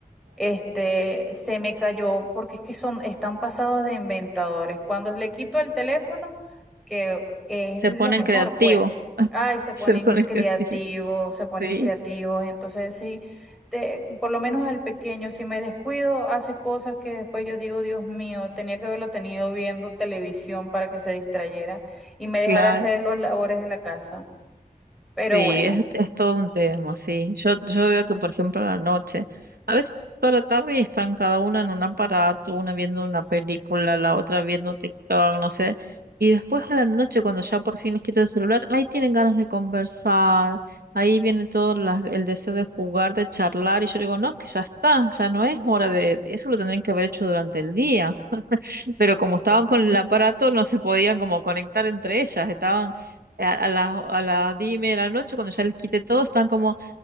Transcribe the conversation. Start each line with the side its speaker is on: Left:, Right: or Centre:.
Centre: Este, se me cayó porque es que son, están pasados de inventadores. Cuando le quito el teléfono, que es
Right: Se
Centre: lo
Right: ponen
Centre: mejor,
Right: creativos,
Centre: pues.
Right: <laughs>
Centre: Ay, se
Right: se
Centre: ponen
Right: ponen
Centre: creativos,
Right: creativos.
Centre: se ponen
Right: Sí,
Centre: creativos. Entonces, sí, te- por lo menos al pequeño, si me descuido, hace cosas que después yo digo, Dios mío, tenía que haberlo tenido viendo televisión para que se distrayera y me dejara
Right: claro.
Centre: hacer los labores de la casa. Pero
Right: Sí,
Centre: bueno.
Right: es, es todo un tema, sí. Yo, yo veo que, por ejemplo, a la noche, a veces toda la tarde y están cada una en un aparato, una viendo una película, la otra viendo TikTok, no sé. Y después a la noche, cuando ya por fin les quito el celular, ahí tienen ganas de conversar, ahí viene todo la- el deseo de jugar, de charlar, y yo digo, no, que ya está, ya no es hora de, eso lo tendrían que haber hecho durante el día pero como estaban con el aparato, no se podían como conectar entre ellas. Estaban a, a las a las diez y media de la noche, cuando ya les quité todo, están como,